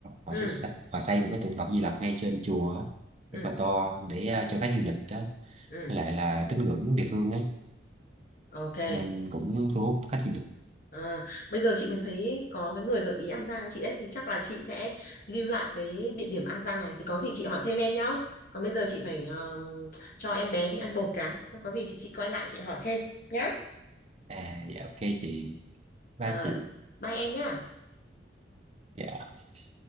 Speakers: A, on the right; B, on the left.
A: họ
B: Ừ.
A: sẽ xây, họ xây một cái tượng Phật Di Lặc ngay trên chùa á,
B: Ừ.
A: rất là to để à, cho khách du lịch đó
B: Ừ.
A: với lại là tín ngưỡng địa phương ấy
B: Ok.
A: nên cũng thu hút khách du lịch
B: Ờ, bây giờ chị mới thấy có cái người gợi ý An Giang chị đấy thì chắc là chị sẽ lưu lại cái địa điểm An Giang này thì có gì chị hỏi thêm em nhá. Còn bây giờ chị phải ờ, cho em bé đi ăn bột cái. Có gì thì chị quay lại chị hỏi thêm nhá.
A: à dạ ok chị ba
B: Ờ,
A: chị
B: bye em nhá.
A: dạ